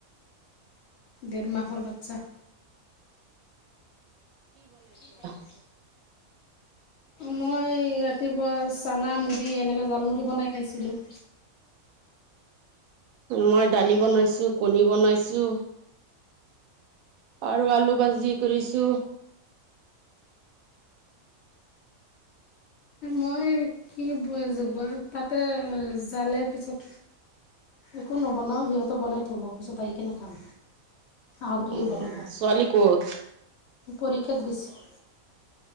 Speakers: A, on the left; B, on the right.
A: ডেৰ মাহৰ বাচ্ছা। কি মানে?
B: <inaudible>
A: মই ৰাতিপুৱা চানা মুড়ি এনেকৈ জালমুড়ি বনাই খাইছিলোঁ।
B: মই দালি বনাইছো কণী বনাইছো। আৰু আলু ভাজি কৰিছোঁ।
A: মই কি <unintelligible> তাতে জালে পিছত। একো নবনাওঁ সিহঁততে বনাই থ'ব পিছত আহ কেনে খাম। আহৰিয়ে
B: উম
A: বনাব,
B: ছোৱালী ক'ত
A: পৰীক্ষাত গৈছে।